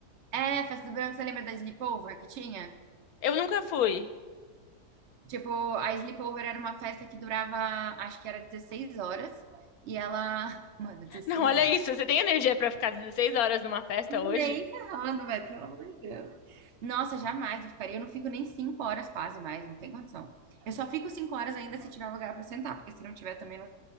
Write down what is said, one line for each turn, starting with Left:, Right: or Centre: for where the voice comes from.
Right: É, festa do verão, você lembra da Sleepover que tinha?
Left: Eu nunca fui.
Right: Tipo, a Sleepover era uma festa que durava, acho que era 16 horas. E ela. <laughs> Mano, 16
Left: Não, olha
Right: horas.
Left: isso. Você tem energia pra ficar 16 horas numa festa hoje?
Right: Nem ferrando, velho, pelo amor de Deus. Nossa, jamais eu ficaria. Eu não fico nem 5 horas quase mais, não tem condição. Eu só fico 5 horas ainda se tiver lugar pra sentar, porque se não tiver também não